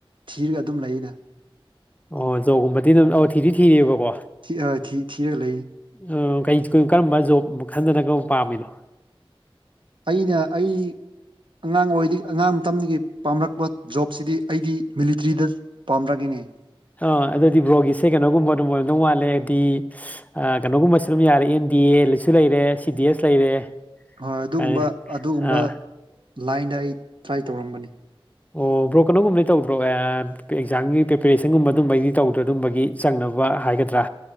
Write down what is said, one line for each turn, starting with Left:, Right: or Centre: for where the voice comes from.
Right: ꯊꯤꯔꯒ ꯑꯗꯨꯝ ꯂꯩꯌꯦꯗ
Left: ꯑꯣ ꯖꯣꯒꯨꯝꯕꯗꯤ ꯑꯗꯨꯝ ꯑꯣ ꯊꯤꯗꯤ ꯊꯤꯔꯤꯑꯕꯀꯣ
Right: ꯊꯤ ꯑ ꯊꯤ ꯊꯤꯔꯒ ꯂꯩ
Left: ꯑ ꯀꯩ ꯀ ꯀꯔꯝꯕ ꯖꯣꯕ ꯃꯈꯟꯗꯅ ꯀꯔꯝꯕ ꯄꯥꯝꯃꯤꯅꯣ
Right: ꯑꯩꯅ ꯑꯩ ꯑꯉꯥꯡ ꯑꯣꯏꯔꯤ ꯑꯉꯥꯡ ꯇꯝꯒꯤ ꯄꯥꯝꯔꯛꯄ ꯖꯣꯞꯁꯤꯗꯤ ꯑꯩꯗꯤ ꯃꯤꯂꯤꯇ꯭ꯔꯤꯗ ꯄꯝꯔꯥꯛꯏꯅꯦ
Left: ꯑꯥ ꯑꯗꯨꯗꯤ ꯕ꯭ꯔꯣꯒꯤꯁꯦ ꯀꯩꯅꯣꯒꯨꯝꯕ ꯑꯗꯨꯝ ꯑꯣꯏꯔꯝꯗꯧ ꯃꯥꯜꯂꯦ ꯗꯤ ꯑ ꯀꯅꯣꯒꯨꯝꯕꯁꯨ ꯑꯗꯨꯝ ꯌꯥꯔꯦ ꯑꯦꯟ ꯗꯤ ꯑꯦ ꯂꯁꯨ ꯂꯩꯔꯦ ꯁꯤ ꯗꯤ ꯑꯦꯁ ꯂꯩꯔꯦ
Right: ꯍꯣꯏ ꯑꯗꯨꯒꯨꯝꯕ
Left: ꯀꯥꯏ
Right: ꯑꯗꯨꯒꯨꯝꯕ
Left: ꯑꯥ
Right: ꯂꯥꯏꯟꯗ ꯑꯩ ꯇ꯭ꯔꯥꯏ ꯇꯧꯔꯝꯕꯅꯤ
Left: ꯑꯣ ꯕ꯭ꯔꯣ ꯀꯩꯅꯣꯒꯨꯝꯕꯗꯤ ꯇꯧꯗ꯭ꯔꯣ ꯑꯥ ꯀꯑꯦꯛꯖꯥꯝꯒꯤ ꯄ꯭ꯔꯤꯄꯦꯔꯦꯁꯟꯒꯨꯝꯕ ꯑꯗꯨꯝꯕꯒꯤ ꯇꯧꯗ꯭ꯔ ꯑꯗꯨꯝꯕꯒꯤ ꯆꯪꯅꯕ ꯍꯥꯏꯒꯗ꯭ꯔꯥ